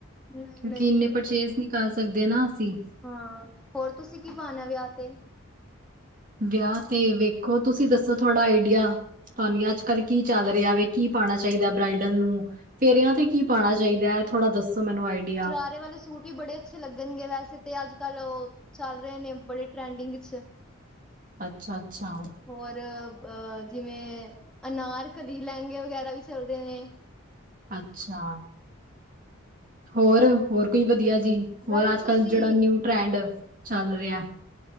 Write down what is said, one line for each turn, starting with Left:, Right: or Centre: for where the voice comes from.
Centre: ਨਹੀਂ
Right: ਕਿਉਂਕਿ
Centre: ਨਹੀਂ
Right: ਇੰਨੇ ਪਰਚੇਸ ਨਈਂ ਕਰ ਸਕਦੇ ਨਾਂ ਅਸੀਂ।
Centre: ਹਾਂ, ਹੋਰ ਤੁਸੀਂ ਕੀ ਪਾਉਣਾ ਆ ਵਿਆਹ ਤੇ?
Right: ਵਿਆਹ ਤੇ ਵੇਖੋ, ਤੁਸੀਂ ਦੱਸੋ ਥੋੜਾ ਆਈਡੀਆ। ਤੁਹਾਨੂੰ ਅੱਜ-ਕੱਲ ਕੀ ਚੱਲ ਰਿਹਾ ਵੇ, ਕੀ ਪਾਉਣਾ ਚਾਹੀਦਾ ਬਰਾਾਈਡਲ ਨੂੰ। ਫੇਰਿਆਂ ਤੇ ਕੀ ਪਾਉਣਾ ਚਾਹੀਦਾ ਐ। ਇਹ ਥੋੜ੍ਹਾ ਦੱਸੋ ਮੈਨੂੰ ਆਈਡੀਆ।
Centre: ਹਰੇ ਵਾਲੇ ਸੂਟ। ਵੀ ਬੜੇ ਅੱਛੇ ਲੱਗਣਗੇ ਵੈਸੇ ਤੇ ਅੱਜ-ਕੱਲ ਉਹ ਚੱਲ ਰਹੇ ਨੇਂ, ਬੜੇ ਟਰੈਂਡਿੰਗ ਚ।
Right: ਅੱਛਾ ਅੱਛਾ।
Centre: ਹੋਰ ਅ ਅਹ ਬ ਜਿਵੇਂ, ਅਨਾਰ ਕਲੀ ਲਹਿੰਗੇ ਵਗੈਰਾ ਵੀ ਚਲਦੇ ਨੇਂ।
Right: ਅੱਛਾ। ਹੋਰ ਹੋਰ ਕੋਈ ਵਧੀਆ ਜੀ, ਹੋਰ
Centre: ਵੈਸੇ
Right: ਅੱਜ-ਕੱਲ੍ਹ
Centre: ਤੁਸੀਂ
Right: ਜਿਹੜਾ ਨਿਊ ਟ੍ਰੈਂਡ ਚੱਲ ਰਿਐ।